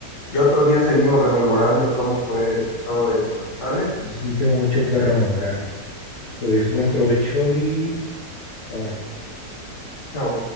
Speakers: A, on the left (about 80°); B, on the left (about 55°).
A: Y otro día seguimos rememorando cómo fue todo esto. ¿Sale?
B: Así tengo mucho que rememorar. Pues buen provecho y bye bye.
A: Chao.